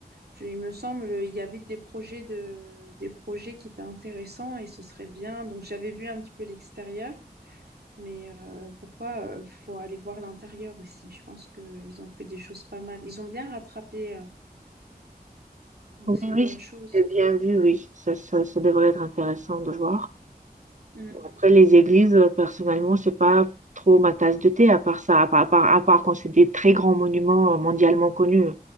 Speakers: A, on the right; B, on the right.
A: je- il me semble, euh, il y avait des projets, de, des projets qui étaient intéressants et ce serait bien. Donc, j'avais vu un petit peu l'extérieur. Mais euh, pourquoi euh, faut aller voir l'intérieur aussi? Je pense qu'ils ont fait des choses pas mal. Ils ont bien rattrapé, euh, donc
B: Oui,
A: c'est une
B: oui,
A: bonne chose.
B: j'ai bien vu, oui. Ça, ça, ça devrait être intéressant de voir.
A: Mm.
B: Bon, Après, les églises, euh, personnellement, c'est pas trop ma tasse de thé, à part ça, à part, à part, à part quand c'est des très grands monuments euh, mondialement connus euh,